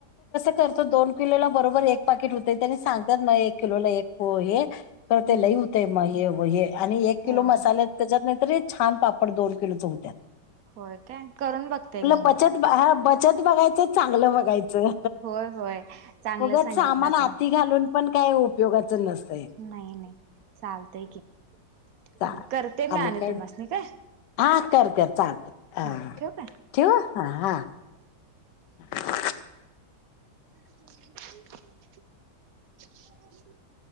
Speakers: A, on the left; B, on the right.
A: खरंतर दोन किलोला बरोबर एक पाकिट होत त्यांनी सांगतात मग एक किलोला एक हे. तर ते
B: हम्म
A: लई होते म हे हे आणि एक
B: होय
A: किलो मसाले त्याच्यात नाहीतर छान पापड दोन किलो च होत्या.
B: होय काय? करून बघतेय घ्या
A: बचत
B: मी.
A: हा बचत बघायचं चांगलं बघायचं.
B: होय होय चांगलं
A: उगच
B: सांगितलं
A: सामान
B: सा
A: आती घालून पण काय उपयोगाच नसतय.
B: नाही नाही चालतय की.
A: चालत
B: हा करते मी
A: आणि काय,
B: तुम्हासनी काय
A: हा कर कर चालत. हां
B: हा ठेवू काय
A: ठेवू, हा हां. ह <unintelligible>
B: हो <unintelligible> ह <unintelligible>